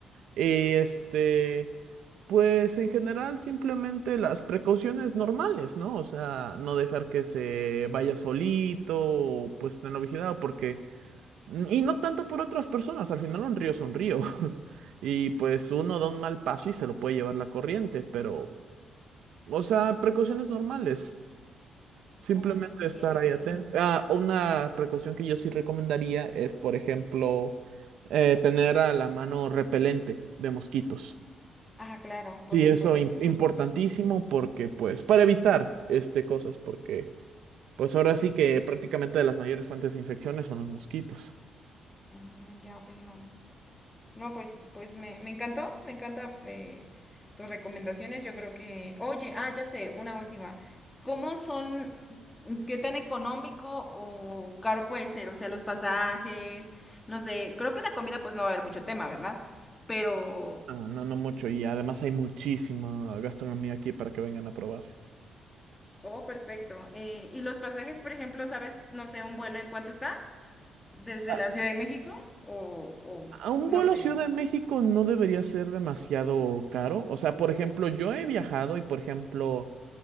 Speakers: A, on the right (about 75°); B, on the left (about 15°).
A: Eh, Este... Pues en general simplemente las precauciones normales, ¿no? O sea, no dejar que se vaya solito, o, pues tenerlo vigilado, porque... mm, Y no tanto por otras personas, al final un río son ríos. <laughs> Y pues uno da un mal paso y se lo puede llevar la corriente, pero... O sea, precauciones normales. Simplemente
B: Ok,
A: estar ahí
B: ok.
A: atento. Ah, una precaución que yo sí recomendaría es, por ejemplo, eh, tener a la mano repelente de mosquitos.
B: Ah, claro, por
A: Sí,
B: supuesto,
A: eso im-
B: por
A: importantísimo
B: supuesto.
A: porque, pues, para evitar este cosas, porque, pues, ahora sí que prácticamente de las mayores fuentes de infecciones son los mosquitos.
B: Mm, ya veo. No, pues, pues me, me encantó, me encanta eh, tus recomendaciones. Yo creo que, oye, ah, ya sé, una última. ¿Cómo son, qué tan económico o caro puede ser? O sea, los pasajes, no sé, creo que la comida pues no va a haber mucho tema, ¿verdad? Pero,
A: Ah, no, no mucho. Y además hay muchísima gastronomía aquí para que vengan a probar.
B: oh, perfecto. Eh, ¿y los pasajes, por ejemplo, sabes, no sé, un vuelo en cuánto está? ¿Desde
A: A,
B: la Ciudad de México? O, o
A: a un
B: no
A: vuelo
B: sé.
A: a Ciudad de México no debería ser demasiado caro. O sea, por ejemplo, yo he viajado y, por ejemplo,